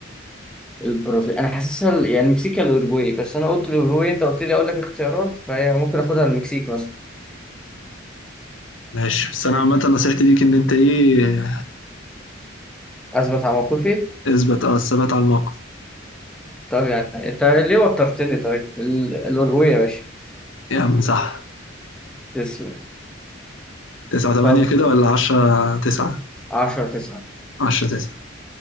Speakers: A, in the centre; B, on the left.
A: البرازيل أنا حاسسها ال- يعني المكسيك يا الأوروجواي بس أنا قلت الأوروجواي أنت قلت لي أقول لك اختيارات فهي ممكن آخدها المكسيك مثلا
B: ماشي بس أنا عامة نصيحتي ليك إن أنت إيه
A: أثبت على موقفي
B: اثبت أه الثبات على الموقف
A: طب يعني أنت ليه وترتني طيب ال- الأوروجواي يا باشا
B: يا عم صح
A: تسلم
B: تسعة تمانية
A: طب
B: كده ولا عشرة تسعة
A: 10 9
B: عشرة تسعة